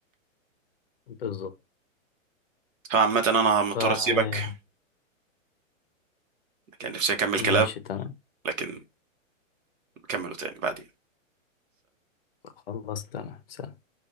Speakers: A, on the left; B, on the right.
A: بالظبط
B: فعامه انا مضطر
A: فيعني
B: اسيبك كان نفسي اكمل كلام
A: ماشي تمام
B: لكن نكمله تاني بعدين
A: خلاص تمام سلام.